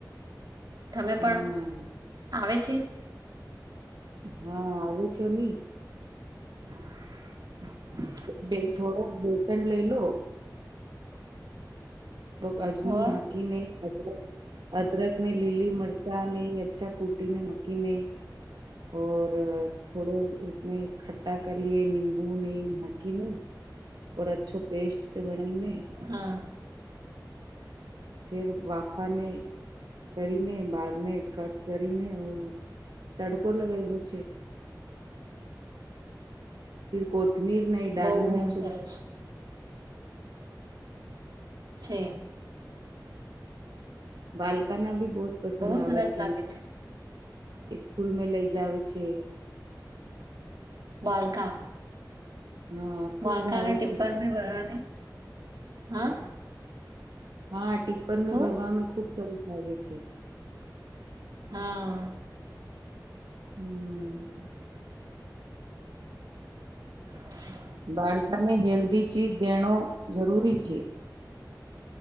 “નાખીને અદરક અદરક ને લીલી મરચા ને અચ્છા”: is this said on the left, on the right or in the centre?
Right